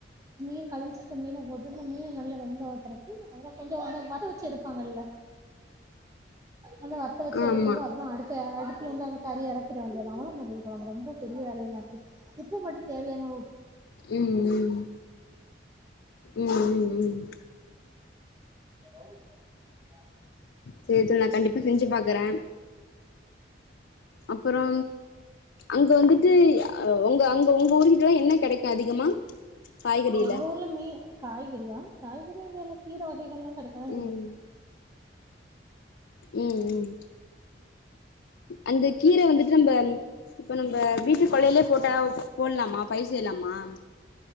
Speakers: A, on the right (about 20°); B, on the left (about 80°).
A: மீன கழுவி வெச்சு க்க மீனை போட்டு அந்த மீனு நல்ல வெந்த ஒ பிறக்கு அப்ற கொஞ்சோ அந்த வத வெச்சு எடுப்பாங்கல்ல அந்த வத்த வெச்சு
B: ஆமா
A: எடுத்தது அதா அடு ல அடுப்லந்து வந்து கறி எறக்கிற வேண்டியதா அவளதா மீன் கொழம்பு ரொம்ப பெரிய வேலை என்ன இருக்குத் உப்பு மட்டுந் தேவையானோ
B: ம் ம் ம் ம் ம்
A: உ <unintelligible>
B: சே தோழி நா கண்டிப்பா செஞ்சு பாக்கறே அப்புறோ அங்க வந்துட்டு அ ஒங்க அங்க உங்க ஊர்கிட்டல்லா என்ன கெடைக்கு அதிகமா காய்கறில
A: எங்க ஊர்ல மீ காய்கறியா காய்கறி வந்து எல்லா கீர வகைகள்லா கெடைக்காதாஞ்
B: ம்
A: செய்யு
B: ம் ம் அந்த கீர வந்துட்டு நம்ப இப்ப நம்ப வீட்டு கொள்ளைலியே போட்டா போல்லாமா பயிர் செய்லாமா அம்